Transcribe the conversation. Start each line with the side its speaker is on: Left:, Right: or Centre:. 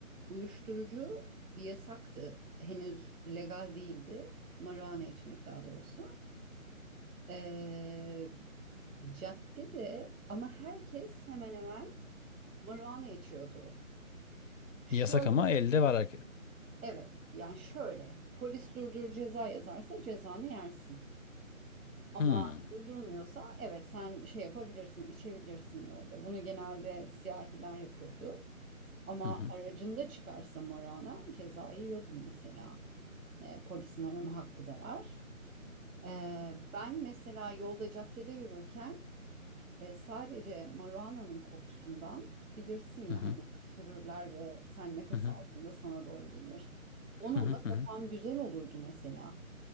Right: uyuşturucu yasaktı. Henüz legal değildi. Marijuana içmek daha doğrusu. Eee caddede ama herkes hemen hemen marijuana içiyordu. Şöyle,
Left: Yasak ama elde var herkes.
Right: evet yani şöyle. Polis durdur ceza yazarsa cezanı yersin. Ama
Left: Hmm.
Right: durdurmuyorsa evet sen şey yapabilirsin, içebilirsin yolda. Bunu genelde siyahiler yapıyordu. Ama
Left: Hı hı.
Right: aracında çıkarsa morana cezayı yiyordun mesela. E, polisin arama hakkı da var. E, ben mesela yolda caddede yürürken e, sadece marijuana'nın kokusundan bilirsin ya
Left: Hı hı.
Right: hani üfürürler ve sen nefes
Left: Hı hı.
Right: aldığında sana doğru gelir. Onunla
Left: Hı hı. Hı
Right: kafam
Left: hı.
Right: güzel olurdu mesela.